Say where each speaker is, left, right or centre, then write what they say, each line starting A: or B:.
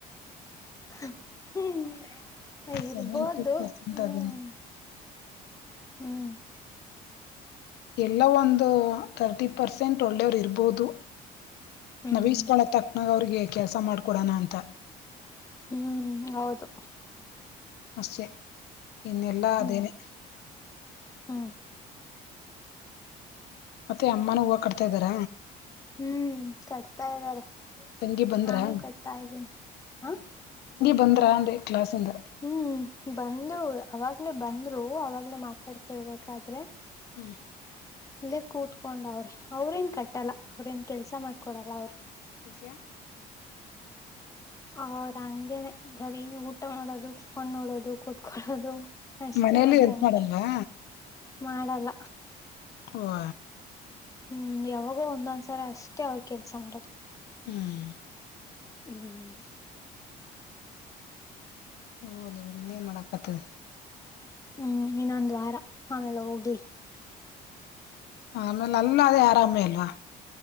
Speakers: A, on the left; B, on the left.
A: ಹ್ಮ ಇರ್ಬೋದು
B: ಸೆವೆಂಟಿ ಪರ್ಸೆಂಟ್
A: ಹ್ಮ್
B: ಅದೇನೆ
A: ಹ್ಮ್. ಹ್ಮ
B: ಎಲ್ಲೊ ಒಂದು ತರ್ಟಿ ಪರ್ಸೆಂಟ್ ಒಳ್ಳೆಯವರು ಇರ್ಬೋದು.
A: ಹ್ಮ್
B: ನಾವೀಸ್ಕಳಕ್ ತಕ್ನಾಗ ಅವ್ರಿಗೆ ಕೆಲಸ ಮಾಡ್ಕೊಡೋಣ ಅಂತ.
A: ಹ್ಮ್ ಹೌದು.
B: ಅಷ್ಟೆ ಇನ್ನೆಲ್ಲಾ
A: ಹ್ಮ್
B: ಅದೇನೆ.
A: ಹ್ಮ್
B: ಮತ್ತೆ ಅಮ್ಮನೂ ಹೂವ ಕಡ್ತಾ ಇದ್ದಾರ?
A: ಹ್ಮ್ ಕಟ್ತಾ ಇದ್ದಾರೆ.
B: ತಂಗಿ ಬಂದ್ರಾ
A: ನಾನು ಕಟ್ತಾ ಇದ್ದೀನಿ ಹಾ.
B: ಬಂದ್ರಾ ಅಂದೆ. ಕ್ಲಾಸಿಂದ
A: ಹ್ಮ್ ಬಂದ್ರು ಅವಾಗ್ಲೆೇ ಬಂದ್ರು ಅವಾಗ್ಲೇ ಮಾತಾಡ್ತಿರ್ಬೇಕಾದ್ರೆ.
B: ಹ್ಮ್
A: ಇಲ್ಲೇ ಕೂತ್ಕೊಂಡವ್ರೆ ಅವ್ರೇನ್ ಕಟ್ಟಲ್ಲ ಅವ್ರೇನ್ ಕೆಲ್ಸ ಮಾಡ್ಕೊಡಲ್ಲ ಅವ್ರು.
B: ಯಾಕೆ?
A: ಅವ್ರ ಹಂಗಗೆನೆ ಬರೀ ಊಟ ಮಾಡೋದು ಫೋನ್ ನೋಡೋದು ಕೂತ್ಕೊಳ್ಳೋದು ಅಷ್ಟೇ
B: ಮನೇಲಿ
A: ನನ್
B: ಹೆಲ್ಪ್
A: ತಂಗಿ
B: ಮಾಡಲ್ವಾ
A: ಮಾಡಲ್ಲ
B: ಹಓ
A: ಹ್ಮ್ ಯಾವಾಗೋ ಒಂದೊಂದ್ಸರ ಅಷ್ಟೇ ಅವ್ರ ಕೆಲ್ಸ ಮಾಡದು
B: ಹ್ಮ್
A: ಹ್ಮ
B: ಹೋ ಲಬಡಿ ಇನ್ನ ಏನ್ ಮಾಡಕ್ ಆತದೆ
A: ಹ್ಮ್ ಇನ್ನೊಂದು್ ವಾರ ಆಮೇಲೆ ಹೋಗ್ಲಿ
B: ಆಮೇಲೆ ಅಲ್ಲ ಅದೇ ಆರಾಮೇ ಅಲ್ವಾ